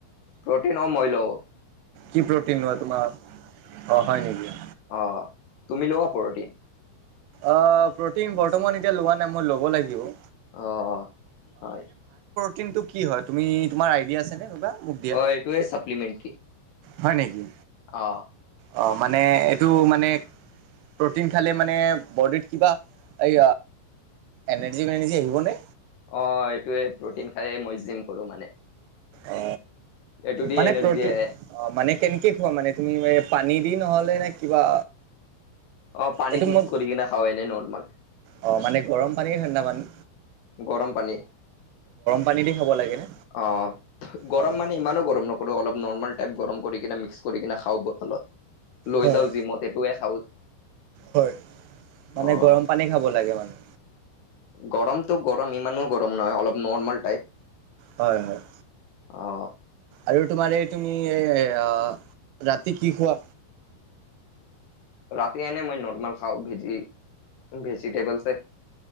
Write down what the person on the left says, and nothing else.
প্ৰ'টিন অ' মই লঁও।
অ', তুমি লোৱা পৰটিন
অ', অ' হয়।
অ' এইটোৱে চাপ্লিমেণ্টি।
অ।
অ, ভএইটোৱে প্ৰ'টিন খাইয়ে মই জিম কৰো মানে।
এইটো দি
এনাৰ্জি
আহে।
অ পানীত
মিক্স
কৰি কিনে খাও এনে নৰ্মেল।
গৰম পানী।
অ গৰম
মানে
ইমানো গৰম নকৰো অলপ নৰ্মেল টাইপ গৰম কৰি কিনে মি ক্স কৰি কিনে খাও বটলত লৈ
যাও জিমত এইটোয়ে খাও।
অ'।
গৰমটো গৰম ইমানো গৰম নহয় অলপ নৰ্মেল টাইপ।
অ।
ৰাতি এনে মই নৰ্মেল খাওঁ ভেজি ভেজিটেবলচ